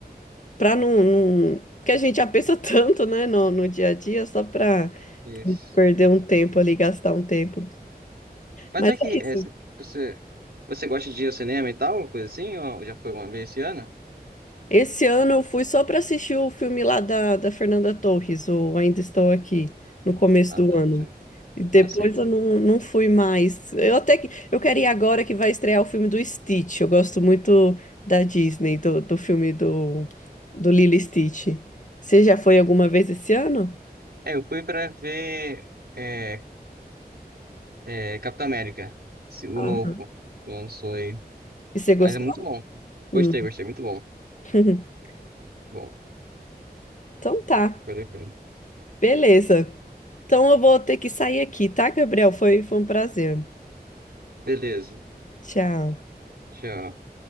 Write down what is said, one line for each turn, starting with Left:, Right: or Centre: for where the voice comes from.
Left: para não, não... Porque a gente já pensa <laughs> tanto, né, no, no dia a dia, só para
Right: Isso.
Left: perder um tempo ali, gastar um tempo.
Right: Mas
Left: Mas
Right: é
Left: é
Right: que
Left: isso.
Right: é, se- você, você gosta de ir ao cinema e tal, coisa assim, ou já foi uma vez esse ano?
Left: Esse ano eu fui só para assistir o filme lá da, da Fernanda Torres, ou Ainda Estou Aqui, no começo
Right: Ah,
Left: do
Right: tá,
Left: ano.
Right: sei.
Left: E depois
Right: Ah, sei, sei.
Left: eu não, não fui mais. Eu até que eu quero ir agora que vai estrear o filme do Stitch. Eu gosto muito da Disney, do, do filme do, do Lilo e Stitch. Você já foi alguma vez esse ano?
Right: É, eu fui pra ver é, é, Capitão América, esse- o
Left: Ah,
Right: novo, que lançou aí.
Left: e você gostou?
Right: Mas é muito bom.
Left: Hum.
Right: Gostei, gostei, muito bom.
Left: <laughs>
Right: Bom.
Left: Então tá,
Right: Bacana.
Left: beleza. Então eu vou ter que sair aqui, tá, Gabriel? Foi, foi um prazer.
Right: Beleza.
Left: Tchau.
Right: Tchau.